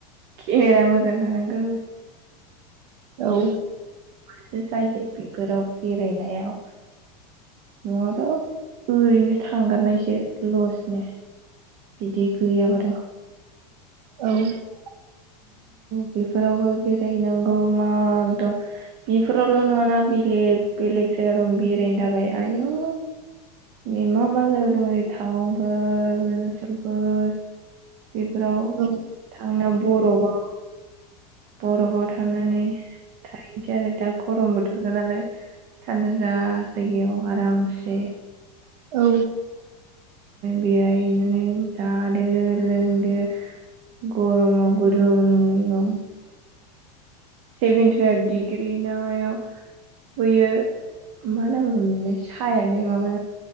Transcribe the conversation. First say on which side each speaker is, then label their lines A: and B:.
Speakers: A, on the right; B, on the right.
A: केमेरा मोजां थानांगौ।
B: औ
A: सो जायो बेफोराव बेरायनायाव। न'आवथ' ओरैनो थांगारनायसो लसनो। बिदि गैयाबाथ'
B: औ
A: बेफोरावबो बेरायैनांगौ मकदम बेफोरावल' नङाना बेलेग बेलेग जायगा दं बेरायनो थाखाय आयु नै मा मा जायगा दं ओरै टाउनफोर अरुनाचलफोर बेफोराव
B: औ
A: थांना बरफबाव बरफआव थांनानै थाहैनोसै आरो दा गरम बोथोरगोन नालाय थान्जा जायगायाव आरामसे
B: औ
A: बेरायहैनानै जादो लोंदो गरमाव गुदुं गुुदुं सेभेनत फाइभ डिग्रि ना मायाव बैयो मा नाम होनो मोनलाय सायानो